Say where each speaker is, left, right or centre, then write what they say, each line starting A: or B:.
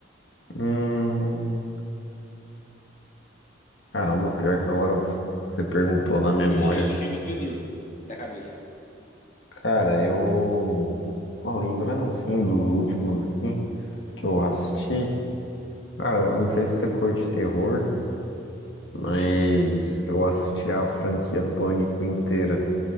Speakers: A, on the left; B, on the left.
A: Hum, caramba, pior que agora você perguntou na memória.
B: Fugiu esse filme tudinho da cabeça.
A: Cara, eu. ó, lembrando assim dos últimos assim que eu assisti. Cara, eu não sei se você curte terror, mas eu assisti a franquia Pânico inteira